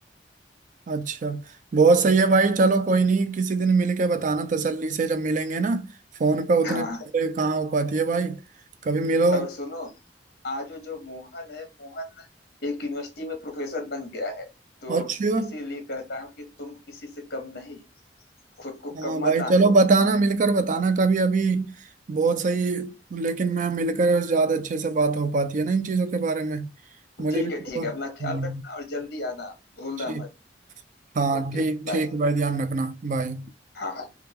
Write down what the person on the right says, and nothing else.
अच्छा बहुत सही है भाई चलो कोई नहीं किसी दिन मिल के बताना तसल्ली से जब मिलेंगे ना फोन पे उतने
से कहाँ हो पाती है भाई कभी मिलो
अच्छा
हाँ
भाई
चलो
बताना
मिलकर बताना कभी अभी बहुत सही लेकिन मैं मिलकर ज्यादा अच्छे से बात हो पाती है ना इन चीजों के बारे में मुझे
भी थोड़ा
हाँ
ठीक
हाँ
ठीक
ठीक भाई ध्यान रखना बाय